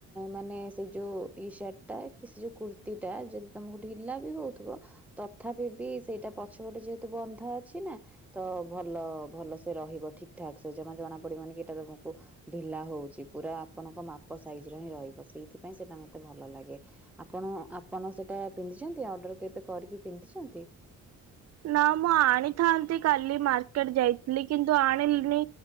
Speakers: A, in the centre; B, on the right.
A: ମାନେ ସେ ଯଉ ଟିସାର୍ଟ ଟା କି ସେ କୁର୍ତ୍ତିୀଟା, ଯଦି ତୁମକୁ ଢ଼ିଲା ବି ହଉଥିବ। ତଥାପି ବି ସେଇଟା ପଛପଟେ ଯେହେତୁ ବନ୍ଧା ଅଛି ନା। ତ ଭଲ ଭଲ ସେ ରହିବ ଠିକ୍ ଠାକ୍ ସେ, ଜମା ଜଣା ପଡିବନି। ଏଟା ତମକୁ ଢ଼ିଲା ହଉଚି ପୁରା ଆପଣଙ୍କ ମାପ ସାଇଜ୍‌ ର ହିଁ ରହିବ, ସେଇଥିପାଇଁ ସେଟା ମତେ ଭଲ ଲାଗେ। ଆପଣ ଆପଣ ସେଇଟା ପିନ୍ଧିଚନ୍ତି, ଅର୍ଡର କେବେ କରିକି ପିନ୍ଧିଚନ୍ତି?
B: ନା ମୁଁ ଆଣିଥାନ୍ତି କାଲି ମାର୍କେଟ ଯାଇ--ଲି କିନ୍ତୁ ଆଣିଲିନି।